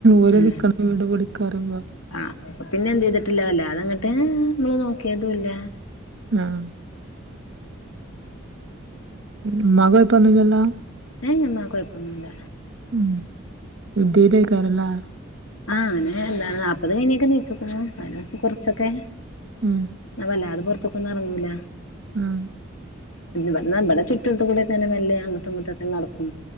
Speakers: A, on the right; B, on the left.
A: ഓല്
B: ഉം
A: നിക്ക്ണ വീട് പൊളിക്കാറിമ്പൊ
B: ആഹ് അപ്പൊ പിന്നെ എന്ത് ചെയ്തിട്ടില്ല വല്ലാതെങ്ങട്ട് നമ്മള് നോക്കിയതുല്ല
A: ആഹ് ഉമ്മാക്ക് കുയപ്പൊന്നും ഇല്ലല്ലോ
B: ഏയ് ഉമ്മാക് കുയപ്പന്നുല്ല
A: ഉം ഇദ്ദേലേക്കരംലെ
B: ആഹ് അങ്ങനെ എന്താ നാൽപ്പത് കയിഞെക്കെ നീച്ച്കുന്നു ന്നാലുംപ്പൊ കുറച്ചൊക്കെ
A: ഉം
B: വല്ലാതെ പുറത്തൊക്കൊന്നും എറങ്ങൂല
A: ആഹ്
B: പിന്ന ഇവിടെ ചുട്ടുടുത്തുകൂടെങ്ങനെ മെല്ലെ അങ്ങോട്ടും ഇങ്ങോട്ടുക്കെ നടക്കും